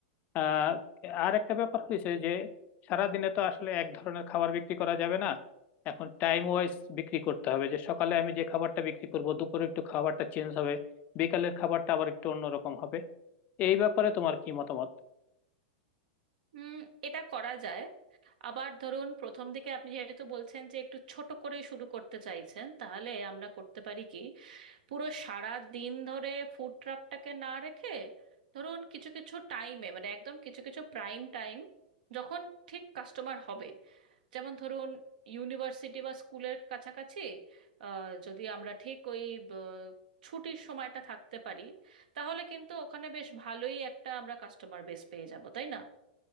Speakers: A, on the left; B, on the right.
A: আহ আর একটা ব্যাপার হয়েছে যে সারাদিনে তো আসলে এক ধরনের খাবার বিক্রি করা যাবে না এখন টাইম ওয়াইজ বিক্রি করতে হবে যে সকালে আমি যে খাবারটা বিক্রি করব দুপুরে একটু খাবারটা চেঞ্জ হবে বিকালের খাবারটা আবার একটু অন্যরকম হবে এই ব্যাপারে তোমার কি মতামত
B: হুম এটা করা যায় আবার ধরুন প্রথম দিকে আপনি যেহেতু বলছেন যে একটু ছোট করেই শুরু করতে চাইছেন তাহলে আমরা করতে পারি কি পুরো সারা দিন ধরে ফুড ট্রাকটাকে না রেখে ধরুন কিছু কিছু টাইমে মানে একদম কিছু কিছু প্রাইম টাইম যখন ঠিক কাস্টমার হবে যেমন ধরুন ইউনিভার্সিটি বা স্কুলের কাছাকাছি আহ, যদি আমরা ঠিক ওই ব- ছুটির সময়টা থাকতে পারি তাহলে কিন্তু ওখানে বেশ ভালোই একটা আমরা কাস্টমার বেস পেয়ে যাব তাই না